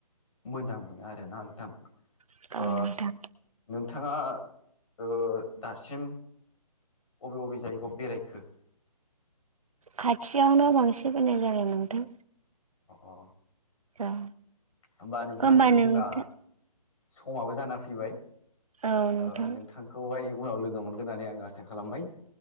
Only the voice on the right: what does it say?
औ
नोंथां
खाथियावनो बांसिन बेरायनाय जादों नोंथां।
औ
होमबा नोंथां
औ नोंथां